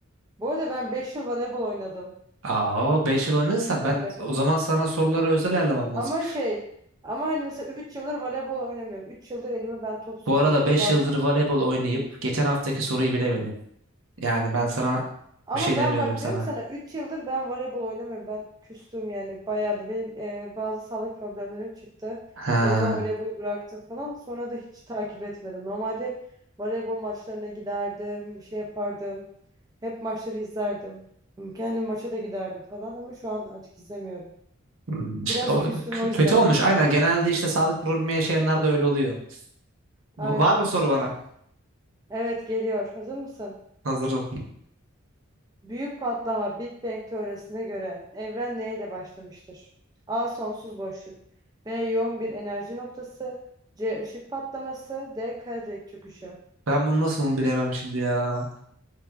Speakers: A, on the right (about 20°); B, on the right (about 70°).
A: Bu arada ben 5 yıl voleybol oynadım.
B: Aa, 5 yıl oynadıysan
A: Tabii.
B: ben o zaman sana soruları özel ayarlamam lazım.
A: Ama şey ama hani mesela 3 yıldır voleybol oynamıyorum. 3 yıldır elime ben top sürmüyorum.
B: Bu arada 5
A: Bazı
B: yıldır voleybol oynayıp geçen haftaki soruyu bilemedin. Yani ben sana
A: Ama
B: bir şey
A: ben
B: demiyorum
A: bak
B: sana.
A: diyorum ki sana 3 yıldır ben voleybol oynamıyorum. Ben küstüm yani bayağı da benim e, bazı sağlık problemlerim çıktı.
B: Ha.
A: O yüzden voleybolu bıraktım falan. Sonra da hiç takip etmedim. Normalde hep voleybol maçlarına giderdim, şey yapardım. Hep maçları izlerdim. Kendim maça da giderdim falan ama şu an artık izlemiyorum.
B: Hmm, işte
A: Biraz
B: o
A: küstüm
B: k-
A: o yüzden.
B: kötü olmuş. Aynen genelde işte sağlık problemi yaşayanlar da öyle oluyor. V-
A: Aynen.
B: Var mı soru bana?
A: Evet geliyor. Hazır mısın?
B: Hazırım.
A: Büyük patlama Big Bang teorisine göre evren neyle başlamıştır? A. Sonsuz boşluk. B. Yoğun bir enerji noktası. C. Işık patlaması. D. Kara delik çöküşü.
B: Ben bunu nasıl bilemem şimdi ya.